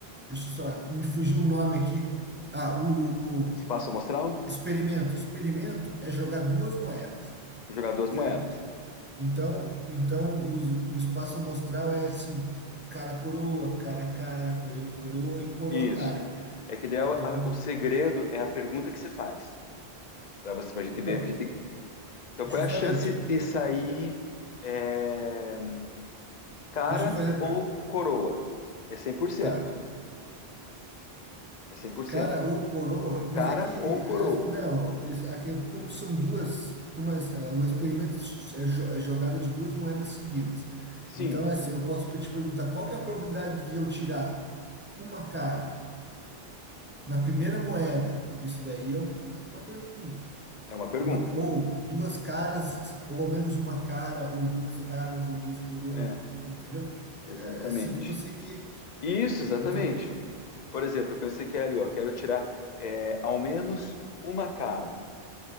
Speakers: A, on the right (about 15°); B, on the left (about 50°).
A: deixa eu só, me fugiu o nome aqui. Ah, o, o
B: Espaço amostral,
A: experimento. Experimento é jogar duas moedas,
B: jogar duas
A: certo?
B: moedas.
A: Então, então o, o espaço amostral é assim, cara coroa, cara cara, coroa, coroa e coroa
B: Isso.
A: cara.
B: É que daí a-
A: Então,
B: o segredo é a pergunta que você faz. Para você, pra gente ver
A: então,
B: que tem que- Então,
A: justamente.
B: qual é a chance de sair é, cara
A: Deixa eu fazer a
B: ou
A: per-
B: coroa? É 100%.
A: tá,
B: É 100%.
A: cara ou coroa, mas
B: Cara
A: é que
B: ou coroa?
A: as- não, isso- aqui, como são duas, como as- ah, o experimento é s- é jo- é jogada de duas moedas seguidas.
B: Sim,
A: Então, assim, eu posso te perguntar qual que é a probabilidade de eu tirar uma cara na primeira moeda? Isso daí é um- é uma pergunta.
B: é uma pergunta.
A: Uma, ou duas caras, ou ao menos uma cara, ou duas caras, ou duas coroas,
B: É,
A: entendeu?
B: exatamente.
A: É é assim que você que. que-
B: Isso, exatamente.
A: Então,
B: Por exemplo, quando você quer ali, ó, quero tirar é, ao menos uma cara.